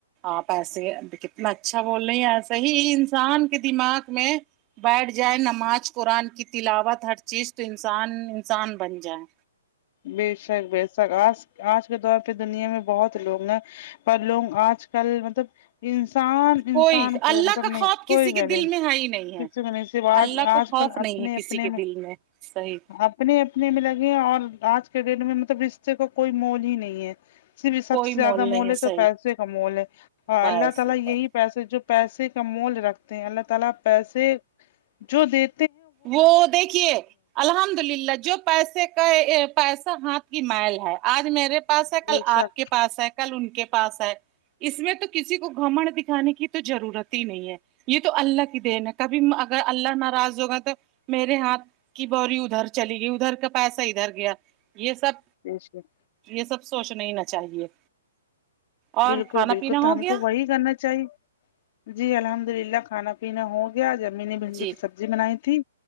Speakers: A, on the right; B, on the left.
A: آپ ایسے کتنا اچھا بول رہے ہیں ایسے ہی انسان کے دماغ میں بیٹھ جائے نماز قرآن کی تلاوت ہر چیز تو انسان انسان بن جائے
B: بے شک بے شک آج آج کے دور پے دنیا میں بہت لوگ نا پر لوگ آج کل مطلب انسان انسان
A: کوئی
B: کو
A: اللہ
B: مطلب
A: کا
B: نہیں
A: خوف کسی
B: کوئی
A: کے
B: ویلیو
A: دل
B: نہیں
A: میں ہے ہی ہے
B: <unintelligible> تو آج
A: اللہ کا
B: آج
A: خوف
B: کل
A: نہیں
B: اپنے
A: ہے کسی
B: اپنے
A: کے
B: میں
A: دل صحیح
B: اب اپنے اپنے میں لگے ہیں اور آج کے ڈیٹ میں مطلب رشتے کا کوئی مول ہی نہیں ہے سے بھی سب
A: کوئی
B: سے زیادہ مول
A: نہیں
B: ہے تو
A: صحیح
B: پیسے کا مول ہے اور
A: بس
B: اللہ تعالی
A: بس
B: یہی پیسے جو پیسے کا مول رکھتے ہیں اللہ تعالی پیسے جو دے
A: وہ دیکھیے الحمد للہ جو پیسے کا پیسہ ہاتھ کی میل ہے آج میرے پاس ہے
B: بے
A: کل
B: شک
A: آپ کے پاس ہے کل ان کے پاس ہے اس میں تو کسی کو گھمنڈ دکھانے کی ضرورت ہی نہیں ہے یے تو اللہ کی دین ہے کبھی اگر اللہ ناراض ہوگا تو تو میرے ہاتھ کی بوری ادھر چلی گئی ادھر کا پیسہ ادھر گیا یے سب
B: بے شک
A: یے سب سوچنا ہی نہ چاہیے اور
B: بالکل
A: کھانا
B: بالکل
A: پینا
B: تو
A: ہو
B: ہم
A: گیا
B: کو وہی کرنا چاہیے جی الحمد للہ کھانا پینا ہو گیا آج امی نے بھنڈی
A: جی
B: کی سبزی بنائی تھی